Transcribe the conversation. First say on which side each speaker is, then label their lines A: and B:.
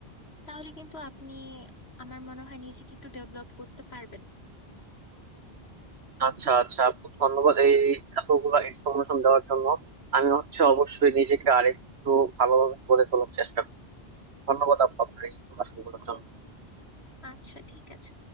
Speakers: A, on the left (about 80°); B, on the right (about 85°).
A: তাহলে কিন্তু আপনি আমার মনে হয় নিজেকে একটু ডেভেলপ করতে পারবেন
B: আচ্ছা আচ্ছা আপু ধন্যবাদ এই এতগুলো ইনফরমেশন দেওয়ার জন্য আমি হচ্ছে অবশ্যই নিজেকে আরেকটু ভালোভাবে গড়ে তোলার চেষ্টা করবো ধন্যবাদ আপু আপনার এই ইনফরমেশন গুলোর জন্য
A: আচ্ছা ঠিক আছে